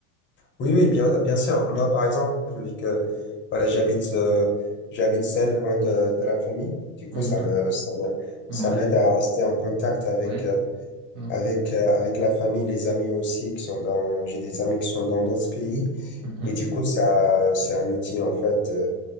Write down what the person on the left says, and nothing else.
Oui, oui, bien, bien sûr. Moi, par exemple, vu que voilà, j'habite euh, j'habite seul, loin de, de la famille, du coup,
ça me ça me-
ça m'aide à rester en contact avec
euh,
avec euh, avec la famille, les amis aussi qui sont dans j'ai des amis qui sont dans d'autres pays
et du coup, ça c'est un outil en fait euh,